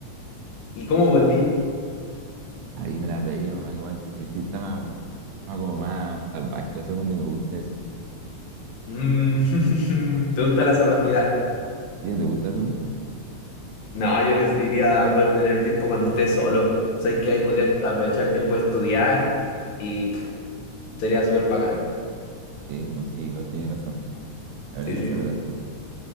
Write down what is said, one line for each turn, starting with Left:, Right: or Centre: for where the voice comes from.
Left: ¿Y cómo volví?
Right: Ahí me la arreglo, algo más. Es que está más, más como más salvaje la segunda y me gusta eso.
Left: Mm, <laughs> ¿Te gusta la salvajidad?
Right: ¿A ti no te gusta la segunda?
Left: No, yo preferiría poder tener el tiempo cuando esté solo. Sabes que ahí podría aprovechar el tiempo de estudiar y pff, sería súper bacán.
Right: Eh, bueno, sí, igual tenías razón. La verdad
Left: Sí, sí.
Right: es que no se nota.